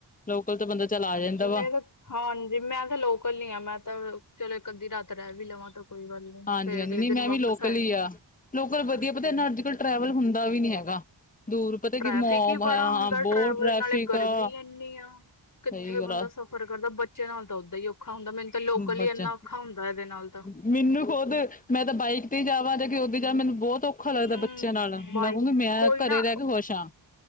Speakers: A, on the left; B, on the left.
A: ਲੋਕਲ ਤਾਂ ਬੰਦਾ ਚੱਲ ਆ ਜਾਂਦਾ ਵਾ।
B: ਮੈਂ ਤਾਂ ਹਾਂਜੀ ਮੈਂ ਤਾਂ ਲੋਕਲ ਈ ਆਂ, ਮੈਂ ਤਾਂ ਚਲੋ ਇੱਕ ਅੱਧੀ ਰਾਤ ਰੈ ਵੀ ਲਵਾਂ। ਤਾਂ ਕੋਈ ਗੱਲ ਨੀ
A: ਹਾਂਜੀ-ਹਾਂਜੀ,
B: ਫੇਰ ਅਗਲੇ
A: ਨਈ
B: ਦਿਨ
A: ਮੈਂ
B: ਵਾਪਸ
A: ਵੀ ਲੋਕਲ
B: ਜਾਣਾ
A: ਈ ਆ, ਲੋਕਲ ਵਦੀਆ
B: ਅੱਛਾ
A: ਪਤਾ ਏਨਾ
B: ਜੀ।
A: ਅੱਜ-ਕੱਲ ਟਰੈਵਲ ਹੁੰਦਾ ਵੀ ਨੀ ਹੈਗਾ, ਦੂਰ ਪਤਾ
B: ਟ੍ਰੈਫਿਕ
A: ਕਿ ਮੋਮ
B: ਈ ਬੜਾ
A: ਹਾਂ
B: ਹੁੰਦਾ,
A: ਬਹੁਤ
B: ਟਰੈਵਲ
A: ਟ੍ਰੈਫਿਕ
B: ਨਾਲੇ ਗਰਮੀ
A: ਆ
B: ਇੱਨੀ ਆ
A: ਸਹੀ
B: ਕਿੱਥੇ
A: ਗੱਲ
B: ਬੰਦਾ
A: ਆ
B: ਸਫ਼ ਫੇਰ ਕਰਦਾ, ਬੱਚੇ ਨਾਲ ਤਾਂ ਓਦਾਂ ਹੀ ਔਖਾ ਹੁੰਦਾ। ਮੈਨੰ ਤਾਂ ਲੋਕਲ
A: ਬੱਚਾ
B: ਈ ਇੰਨਾ ਔਖਾ ਹੁੰਦਾ, ਏਹਦੇ ਨਾਲ ਤਾਂ।
A: ਮੈਨੂੰ ਖੁਦ, ਮੈਂ ਤਾਂ ਬਾਈਕ ਤੇ ਜਾਵਾਂ ਜਾਂ ਕੇ ਉਦਾ ਜਾਵ ਮੈਨੂੰ ਬਹੋਤ ਔਖ ਔਖਾ ਲੱਗਦਾ
B: ਹੂੰ
A: ਬੱਚੇਆਂ ਨਾਲ
B: ਬਾਈਕ
A: ਮੈਂ ਕਹੂੰਗੀ ਮੈਂ
B: ਕੋਈ ਨਾ
A: ਘਰੇ ਰੈ ਕੇ ਖੁਸ਼ ਆ,